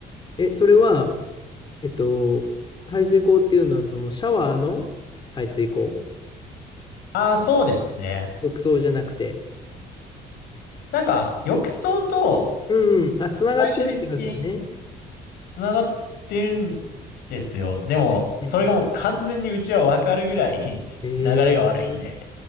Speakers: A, on the left; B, on the left.
A: え、それは、えっと、排水口っていうのは、そのシャワーの排水口
B: ああ、そうですね。
A: 浴槽じゃなくて。
B: なんか、浴槽と
A: うんうん。あ、つながってるって言いますよね。
B: 最終的に繋がってるんですよ。でも、それがもう完全にうちはわかるぐらい
A: うんうん。
B: <laughs>
A: ええ
B: 流れが悪いんで